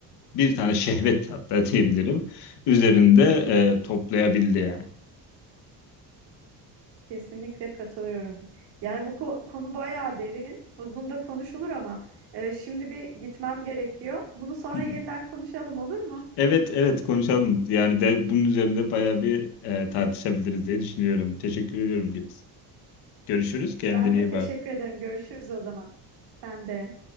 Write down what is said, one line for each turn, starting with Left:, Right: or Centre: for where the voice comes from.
Left: bir tane şehvet hatta <laughs> diyebilirim üzerinde e, toplayabildi yani.
Right: kesinlikle katılıyorum. Yani bu ko- konu bayağı derin, uzun da konuşulur ama e, şimdi bir gitmem gerekiyor. Bunu sonra
Left: <laughs>
Right: yeniden konuşalım olur mu?
Left: Evet evet konuşalım. Yani de bunun üzerinde bayağı bir e, tartışabiliriz diye düşünüyorum. Teşekkür ediyorum Gibbs. Görüşürüz. Kendine
Right: Ben de
Left: iyi
Right: teşekkür
Left: bak.
Right: ederim. Görüşürüz o zaman. Sen de.